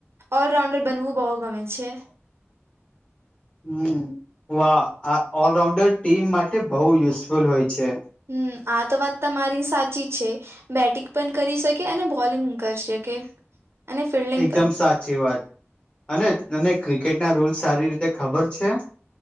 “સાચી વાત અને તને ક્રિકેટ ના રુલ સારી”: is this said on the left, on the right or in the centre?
Left